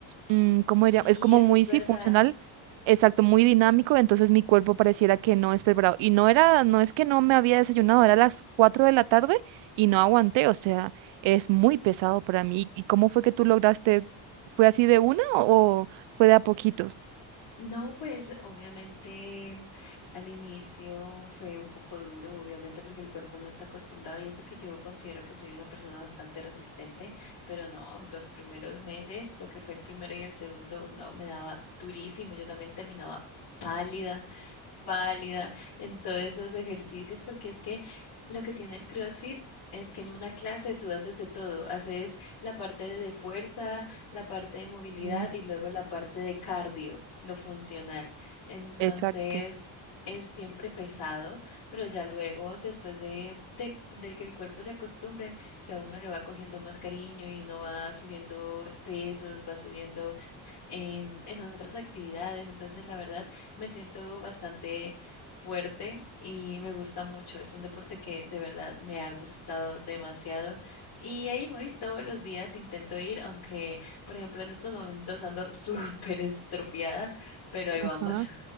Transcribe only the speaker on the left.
sí,
eso
es
verdad.
No, pues obviamente al inicio fue un poco duro, obviamente porque el cuerpo no está acostumbrado y eso que yo considero que soy una persona bastante resistente, pero no, los primeros meses, lo que fue el primero y el segundo, no, me daba durísimo, yo también terminaba pálida pálida, en todos esos ejercicios, porque es que lo que tiene el CrossFit es que en una clase tú haces de todo, haces la parte de fuerza, la parte de movilidad
y luego la parte de cardio, lo funcional. Entonces
es siempre pesado, pero ya luego, después de, de, de que el cuerpo se acostumbre, ya uno le va cogiendo más cariño y uno va subiendo pesos, va subiendo en, en otras actividades. Entonces, la verdad, me siento bastante fuerte y me gusta mucho. Es un deporte que de verdad me ha gustado demasiado y ahí voy todos los días, intento ir, aunque, por ejemplo, en estos momentos ando <laughs> súper estropeada, pero ahí
vamos.